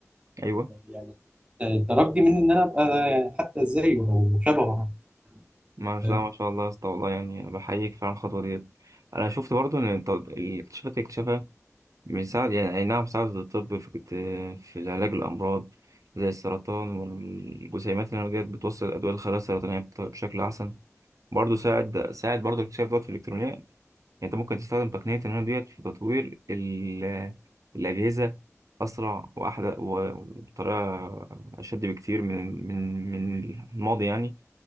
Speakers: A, on the right (about 80°); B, on the right (about 20°).
A: أيوه
B: يعني ت- ترجي مني ان انا ابقى يعني حتى زيه او شبهه حتى،
A: ما
B: فاهم؟
A: لا ما شاء الله يا اسطى والله يعني أنا بحييك فعلا على الخطوة ديت أنا شفت برضو إن الت- الاكتشافات اللي اكتشفها بيساعد يعني أي نعم ساعد الطب في في العلاج الأمراض زي السرطان والجسيمات النووية ديت بتوصل الأدوية للخلايا السرطانية بط- بشكل أحسن برضه ساعد ساعد برضه اكتشاف دوت في الإلكترونيات يعني أنت ممكن تستخدم تقنية النانو ديت في تطوير ال- الأجهزة أسرع وأحدث و- وبطريقة أشد بكتير من من من الماضي يعني